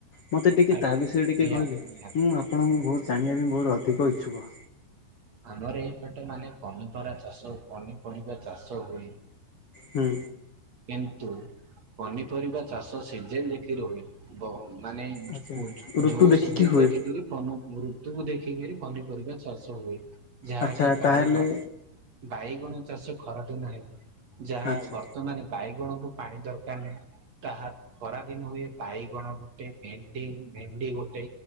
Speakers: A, on the left (about 70°); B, on the right (about 45°).
A: ମୋତେ ଟିକେ
B: ଆଜ୍ଞା
A: ତା ବିଷୟରେ ଟିକେ
B: ନିହାତି
A: କହିଲେ
B: ନିହାତି
A: ମୁଁ ଆପଣଙ୍କୁ ବହୁତ ଜାଣିବା ପାଇଁ ବହୁତ ଅଧିକ ଇଚ୍ଛୁକ।
B: ଆମର ଏଇପଟେ ମାନେ ପନିପରା ଚାଷ ପନିପରିବା ଚାଷ ହୁଏ।
A: ହୁଁ।
B: କିନ୍ତୁ ପନିପରିବା ଚାଷ ସିଜିନ୍ ଦେଖିକି ହୁଏ ଏବଂ ମାନେ
A: ଆଚ୍ଛା ଋତୁ
B: ଯୋଉ
A: ଦେଖିକି
B: ସିଜନ୍
A: ହୁଏ
B: ଦେଖିକିରି <unintelligible> ଦେଖିକିରି ପନିପରିବା ଚାଷ ହୁଏ ଯାହାକି
A: ଆଚ୍ଛା
B: <unintelligible>
A: ତାହେଲେ
B: ବାଇଗଣ ଚାଷ ଖରା ଦିନ ହେଇଥାଏ ଯାହା
A: ଆଚ୍ଛା
B: ବର୍ତ୍ତମାନ ବାଇଗଣକୁ ପାଣି ଦରକାର ନାହିଁ। ତାହା ଖରାଦିନ ହୁଏ ବାଇଗଣ ଗୋଟେ ଭେଣ୍ଡି ଭେଣ୍ଡି ଗୋଟେ।